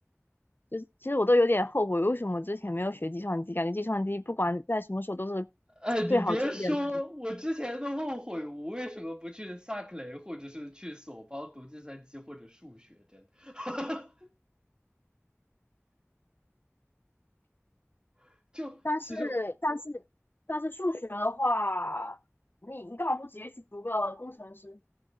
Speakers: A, on the left; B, on the right.
A: 就是其实我都有点后悔，为什么之前没有学计算机？感觉计算机不管在什么时候都是
B: 哎，你别说，
A: 最好就业的那一
B: 我之前都后悔，我为什么不去萨克雷，或者是去索邦读计算机或者数学，真的。<laughs> 就其实
A: 但是但是但是数学的话，你你干嘛不直接去读个工程师？